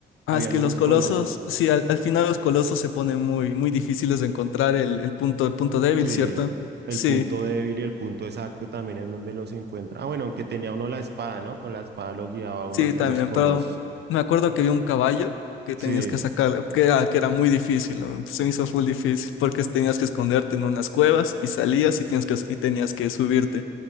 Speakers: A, on the left; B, on the right.
A: Ah,
B: habían
A: es que
B: unos
A: los colosos,
B: colosos,
A: sí, al, al final los colosos se ponen muy, muy difíciles de encontrar el, el punto, el punto débil,
B: sí,
A: ¿cierto?
B: el
A: Sí,
B: punto débil y el punto exacto también en donde los encuentra. Ah, bueno, aunque tenía uno la espada, ¿no? Con la espada lo guiaba uno
A: sí,
B: hacia
A: también,
B: los colosos.
A: pero me acuerdo que había un caballo que
B: Sí,
A: tenías que sacar, que era, que era muy difícil, ¿no? Se me hizo full difícil, porque tenías que esconderte en unas cuevas y salías y, tienes que, y tenías que subirte.